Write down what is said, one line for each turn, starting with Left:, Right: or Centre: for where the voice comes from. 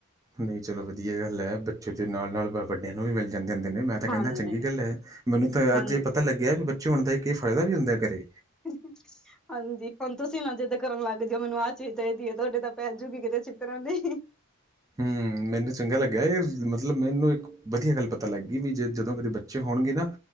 Right: ਨਈ ਚਲੋ ਵਦੀਆ ਗਾੱਲ ਐ, ਬੱਚੇ ਦੇ ਨਾਲ-ਨਾਲ ਵੱਡੇਆਂ ਨੂੰ ਵੀ ਮਿਲ ਜਾਂਦੇ ਹੁੰਦੇ ਨੇ, ਮੈਂ ਤਾਂ
Centre: ਹਾਂਜੀ
Right: ਕੈਨਾ ਚੰਗੀ ਗੱਲ ਐ। ਮੈਨੂੰ ਤਾਂ
Centre: ਹਾਂਜੀ।
Right: ਅੱਜ ਏ ਪਤਾ ਲੱਗੇਐ, ਵੀ ਬੱਚੇ ਹੋਨ ਦਾ ਏਕ ਏ ਫਾਏਦਾ ਵੀ ਹੁੰਦੈ ਘਰੇ।
Centre: <inaudible> ਹਾਂਜੀ ਹੁਨ ਤੂਸੀ ਨਾ ਜਿੱਦ ਕਰਨ ਲਾੱਗ ਜੇਓ, ਮੈਨੂੰ ਆ ਚੀਜ ਚਾਈਦੀ ਐ, ਤੂਆਡੇ ਤਾਂ ਪੈ ਜੂਗੀ ਕਿਤੇ ਚੂਤਰਾਂ ਲਈ।
Right: ਹੂੰ ਮੈਨੂੰ ਚੰਗਾ ਲੱਗੇਆ ਏ, ਮਤਲਬ ਮੈਨੂੰ ਇੱਕ ਵਦੀਆ ਗਾੱਲ ਪਤਾ ਲਾੱਗ ਗੀ ਵੀ ਜੇ ਜਦੋਂ ਕਦੇਂ ਬੱਚੇ ਹੋਣਗੇ ਨਾ